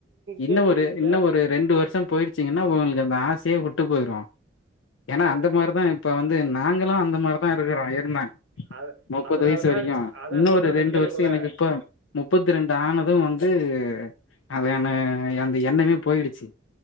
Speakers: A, on the left (about 90°); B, on the right (about 70°).
A: இன்னு
B: தேதி
A: ஒரு
B: குறிக்க
A: இன்னு ஒரு ரெண்டு வருஷோ போயிருச்சீங்கனா உங்களுக்கு அந்த ஆசையே உட்டு போயிரு ஏன்னா
B: ஆ, ஆ.
A: அந்த மாரிதா இப்ப வந்து நாங்களு அந்த மாரிதா இருக்றோ இருந்தே
B: அத
A: முப்பது
B: அதனாலதான்
A: வயசு வரைக்கு
B: அதான்
A: இன்னு
B: சொல்றதை
A: ஒரு ரெண்டு
B: கேளுங்களேன்
A: வருஷோ எனக்கு இப்ப முப்பத்தி ரெண்டு ஆனது வந்து அதான அந்த எண்ணமே போயிருச்சி